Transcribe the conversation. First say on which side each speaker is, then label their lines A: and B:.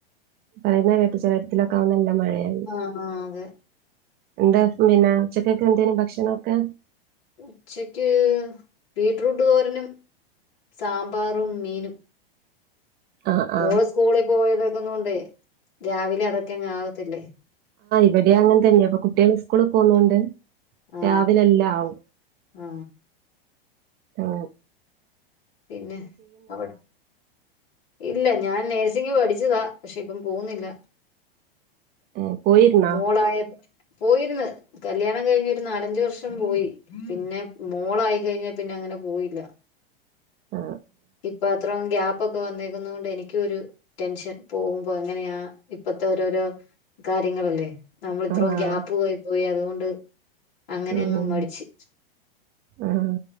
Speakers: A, on the right; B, on the left.
A: പറയുന്ന കേട്ട ചിലരത്തില കാണല്ല മ ഏ
B: ആ ആ അതെ
A: എന്താ പിന്നെ ഉച്ചക്കൊക്കെ എന്തേം ഭക്ഷണണംമൊക്കെ
B: ഉച്ചക്ക് ബീറ്റ്റൂട്ട് തോരനും സാമ്പാറും മീനും
A: ആ
B: മോള്
A: ആ
B: സ്കൂളിൽ പോയതക്കുന്നുണ്ടേ <inaudible> <inaudible> രാവിലെ അതൊക്കെ അങ് ആകത്തില്ലേ
A: വവിടെ അങ്ങന തന്നെ അപ്പ <unintelligible> കുട്ടിക സ്കൂളിൽ പോകുന്നണ്ട്
B: ആ
A: രാവിലെഎല്ലാം ആവും
B: ആ
A: ആ
B: പിന്നെ അവിടെ ഇല്ല ഞാൻ നേഴ്‌സ് ഒറ്റയ്ക് പഠിച്ചതാ പക്ഷെ ഇപ്പം പോകുന്നില്ല
A: ഏ പോയിരുന്നോ
B: മോളായ പോയിരുന്ന് കല്യാണം കഴിഞ്ഞ് ഒരു നാലഞ്ചു വർഷം പോയി പിന്നെ മോളായി കഴിഞ്ഞാ പിന്നെ അങ്ങനെ പോയില്ല
A: ആ
B: ഇപ്പോ അത്രോം ഗ്യാപ്പ് ഒക്കെ വന്നിരുന്നു കൊണ്ട് എനിക്ക് ഒരു ടെൻഷൻ പോകുമ്പോൾ എങ്ങനെയാ ഇപ്പത്തെ ഓരോരോ കാര്യങ്ങളല്ലേ നമ്മള ഇത്രോ
A: ആ ആ
B: ക്യാപ്പ് പോയി പോയി അതോ ഉണ്ട് അങ്ങനെ
A: ആഹ്
B: അങ്ങ് മടിച്ച്
A: ആഹ്